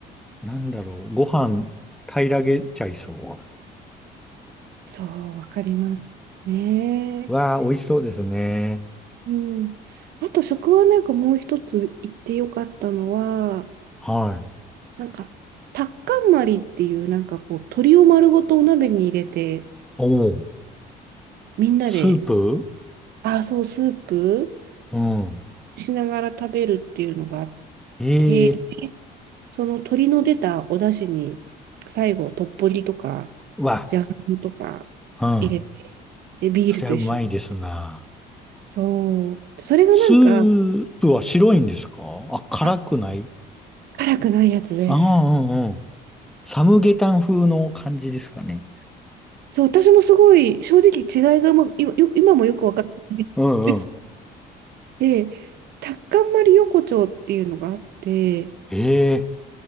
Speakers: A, in the centre; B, on the right.
A: なんだろう、ご飯平らげちゃいそ
B: そう、わかります。ねえ。
A: う。わあ、美味しそうですね。
B: うん。あと、食はなんかもう一つ言ってよかったのは、
A: はい。
B: なんか、タッカンマリっていう、なんかこう、鶏を丸ごとお鍋に入れて、
A: おお、
B: みんなで、
A: スープ
B: あ、そう、スープ
A: うん。
B: しながら食べるっていうのがあっ
A: ええ
B: て、その鶏の出たお出汁に、最後、トッポギとか、
A: わ、
B: じゃがいもとか
A: うん。
B: 入れて、で、ビールと一緒に。
A: そりゃうまいですな。
B: そう。それがなんか、
A: スープは白いんですかあ、辛くない
B: あ、辛くないやつです。
A: ああ、うんサムゲタン風の感じですかね。
B: そそう、私もすごい正直違いがうまく、今、よく今もよく分かってないです。
A: うんうん。
B: で、タッカンマリ横丁っていうのがあって、
A: ええ、